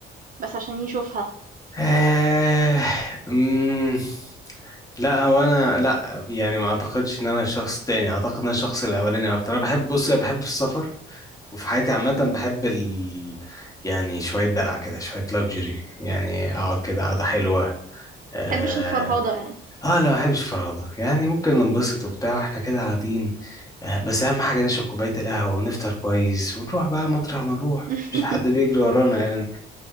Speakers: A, on the right; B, on the left.
A: بس عشان يشوفها
B: آه... مم... لا هو انا لا يعني ما اعتقدش ان انا شخص تاني اعتقد ان انا الشخص الاولاني اكتر انا بحب بص أنا بحب السفر وفي حياتي عامة
A: مم.
B: بحب ال... يعني شوية دلع كده شوية لاكجري يعني أقعد كده قعدة حلوة آه...
A: محبش الفرهدة يعني
B: آه لا ما بحبش الفرهدة يعني ممكن ننبسط وبتاع وإحنا كده قاعدين آه بس أهم حاجة نشرب كوباية القهوة ونفطر كويس ونروح بقى مطرح ما نروح
A: <laughs>
B: مش حد بيجري ورانا يعني